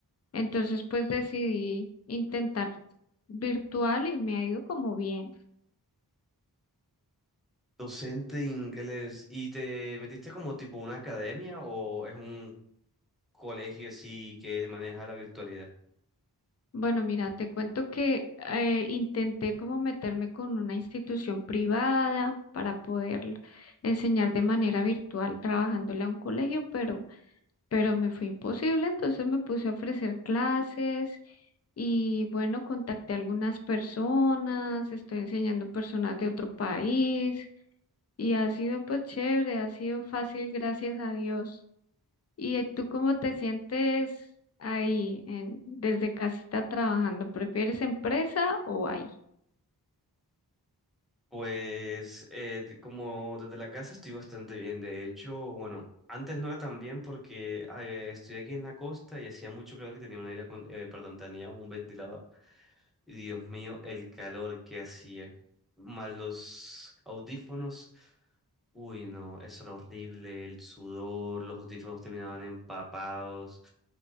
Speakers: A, on the left; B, in the centre.
A: Entonces, pues decidí intentar virtual y me ha ido como bien.
B: Docente de inglés. ¿Y te metiste como tipo una academia o es un colegio así que maneja la virtualidad?
A: Bueno, mira, te cuento que eh, intenté como meterme con una institución privada para poder enseñar de manera virtual trabajándole a un colegio, pero pero me fue imposible, entonces me puse a ofrecer clases y bueno, contacté a algunas personas, estoy enseñando personas de otro país y ha sido pues chévere, ha sido fácil, gracias a Dios. ¿Y eh, tú cómo te sientes ahí en, desde casita trabajando? ¿Prefieres empresa o ahí?
B: Pues eh, de- como desde la casa estoy bastante bien. De hecho, bueno, antes no era tan bien porque eh, estoy aquí en la costa y hacía mucho calor y tenía un aire, acon- eh, perdón, tenía un ventilador. Y Dios mío, el calor que hacía. Más los audífonos. Uy, no, eso era horrible. El sudor, los audífonos terminaban empapados.